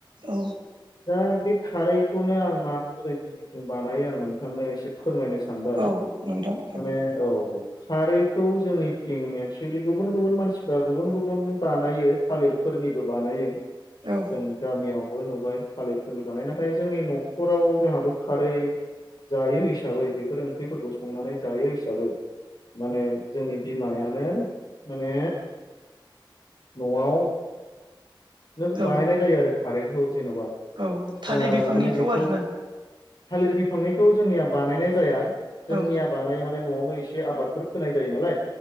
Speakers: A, on the right (about 65°); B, on the left (about 60°).
A: औ
B: दा बे खारैखौनो आं मा माबोरै जोंनिथिं बानायो आं नोंथांनो एसे फोरमायनो सानबाय
A: औ नोंथां हागोन
B: माने औ खारैखौ जोंनिथिं एक्सुेलि गुबुन गुबुन मानसिफ्रा गुबुन गुबुन बानायो थालिरफोर फोरनिबो बानायो
A: औ
B: जों गामियाव। बो नुबाय थालिरफोरनि बानाय नाथाय जोंनि न'खराव जोंहाबो खारै जायो हिसाबै बेफोर ओंख्रिफोरखौ संनानै जायो हिसाबै माने जोंनि बिमायानो माने न'आव नों बानायनाय
A: औ
B: जायो आरो खारैखौ जेन'बा ओ
A: औ थालिर बिफांनिखौ
B: माने बेखौ
A: आरोना
B: थालिर बिफांनिखौ जोंनिया बानायनाय जाया जोंनिया
A: औ
B: बानायो माने न'आवनो एसे आबादफोर फोनाय जायो नालाय